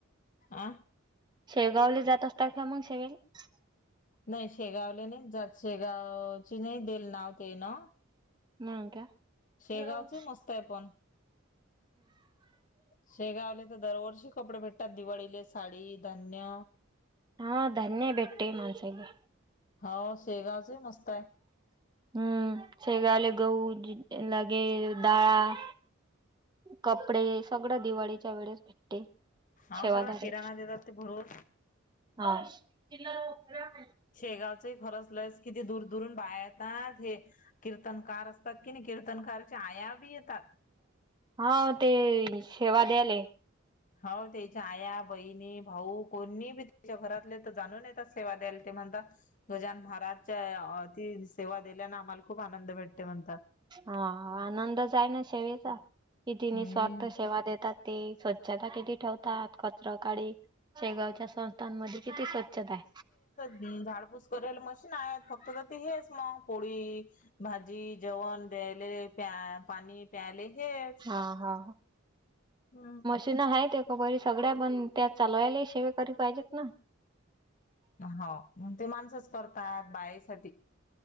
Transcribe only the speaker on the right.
शेळगावले जात असतात काि मग शेवेला
हम् का
हम्.
हा धन्य भेटे मनसेले.
हम्म शेगावले गहू लगे डाळ कपडे सगळं दिवाळीच्या वेळेस भेटते.
सेवाधारे
<unintelligible>
हा ते सेवा द्याले.
हा आनंदच आहे ना सेवेचा किती निस्वार्थ
सेवा देतात. ते स्वच्छता केली ठेवतात कचरा काळी शेगावच्या. संस्थांमध्ये किती स्वच्छता आहे.
हा हा हा.
ना आहे का बरी सगळ्या पण त्यात चालवायलािशेव करी पाहिजेत ना.